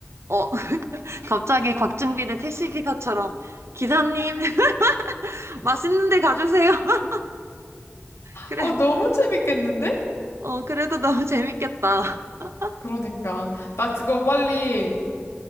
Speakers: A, on the right; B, on the left.
A: 어, <laughs> 갑자기 곽중빈의 택시기사처럼, 기사님, <laughs> 맛있는 데 가주세요. <laughs> 그래.
B: 어, 너무 재밌겠는데?
A: 어, 그래도 너무 재밌겠다. <laughs>
B: 그러니까. 나 그거 빨리